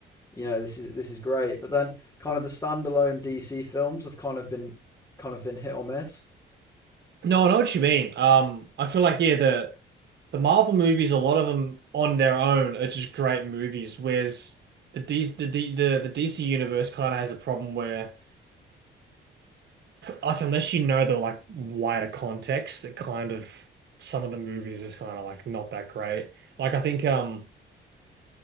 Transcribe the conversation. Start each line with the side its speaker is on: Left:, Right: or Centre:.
Left: you know this is this is great but then kind of the standalone dc films have kind of been kind of been hit or miss
Right: No, I know what you mean. Um, I feel like yeah, the the Marvel movies, a lot of them on their own are just great movies, whereas the D the D the, the DC universe kind of has a problem where like unless you know the like wider context that kind of some of the movies is kind of like not that great. Like I think um